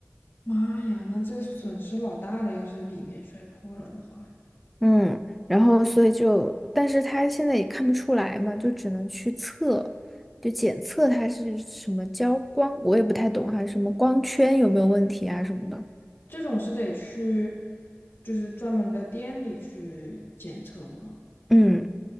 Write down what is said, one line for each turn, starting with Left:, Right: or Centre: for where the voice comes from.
Left: 妈呀，那这损失老大了，要是里面摔破了的话，
Centre: 嗯，然后所以就，但是他现在也看不出来嘛，就只能去测，就检测它是什么焦光，我也不太懂哈，什么光圈有没有问题啊什么的。
Left: 这种是得去就是专门的店里去检测吗？
Centre: 嗯，